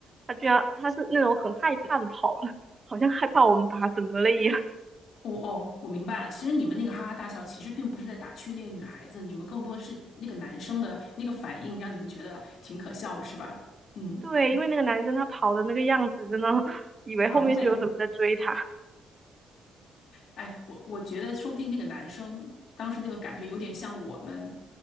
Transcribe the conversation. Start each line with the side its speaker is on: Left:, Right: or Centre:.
Right: 他居然他是那种很害怕的跑了，好像害怕我们把他怎么了一样。
Left: 哦哦，我明白了。其实你们那个哈哈大笑，其实并不是在打趣那个女孩子，你们更多是那个男生的那个反应，让你们觉得挺可笑的，是吧？
Right: <laughs>
Left: 嗯，
Right: 对，因为那个男生他跑的那个样子，真的以为后面是有什么在追他。
Left: 狼狈。哎，我我觉得说不定那个男生当时那个感觉有点像我们